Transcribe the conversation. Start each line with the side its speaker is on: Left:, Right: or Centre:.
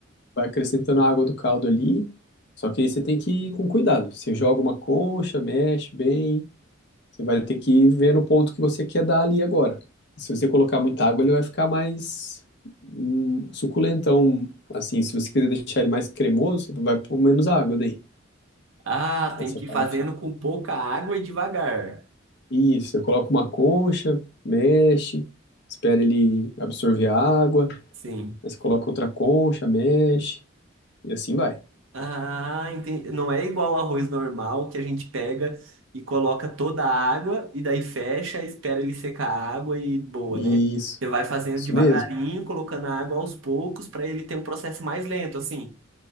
Left: vai acrescentando a água do caldo ali. Só que aí você tem que ir com cuidado. Você joga uma concha, mexe bem, Você vai ter que ver no ponto que você quer dar ali agora. Se você colocar muita água, ele vai ficar mais hum, suculentão. Assim, se você quiser deixar ele mais cremoso, você vai pôr menos água daí.
Right: Ah, tem
Left: Essa
Right: que
Left: parte.
Right: ir fazendo com pouca água e devagar.
Left: Isso, você coloca uma concha, mexe, espera ele absorver a água,
Right: Sim.
Left: aí você coloca outra concha, mexe, e assim vai.
Right: Ah, entendi. Não é igual ao arroz normal que a gente pega e coloca toda a água e daí fecha, espera ele secar a água e boa,
Left: Isso,
Right: né? Você vai fazendo
Left: isso
Right: devagarinho,
Left: mesmo.
Right: colocando a água aos poucos para ele ter um processo mais lento, assim.